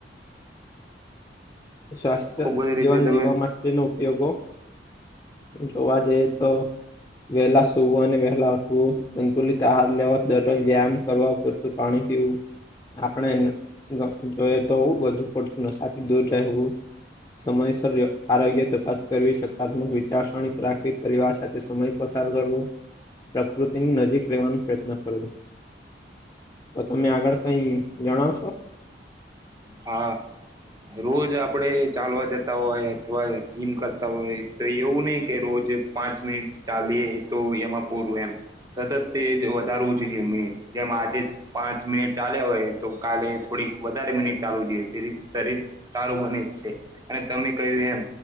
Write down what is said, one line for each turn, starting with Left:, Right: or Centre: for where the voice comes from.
Left: સ્વાસ્થ્ય
Right: ખુબ બધી રીતે
Left: જીવન
Right: તમે
Left: જીવવા માટેનો ઉપયોગો જોવા જઈએ તો વહેહલા સુવ અને વહેહલા ઉઠવો સંતુલિત આહાર લેવા દરરોજ વ્યાયામ કરવા પાણી પીવું આપણે જોઈએ તો વધુ પડતું નશાથી દૂર હું સમયસર આરોગ્ય તપાસ કરવી સકારાત્મક વિચારસરવી પરિવાર સાથે સમય પસાર કરવો પ્રકૃતિની નજીક રહેેવાનો પ્રયત્ન કરવો તો તમે આગળ કઈ જણાવશો
Right: હા રોજ આપણે ચાલવા જતા હોય અથવા જીમ કરતા હોય તો એવું નહીં કે રોજ પાંચ મિનિટ ચાલી એ તો એમાં પૂરું એમ સતત તે વધારવું જોઈએ મે જેમ આજે પાંચ મિનિટ ચાલ્યા હોય તો કાલે થોડીક વધારે મિનિટ ચ જોઈએ તેથી શરીર તારું બને છે અને તમે કહ્યું એમ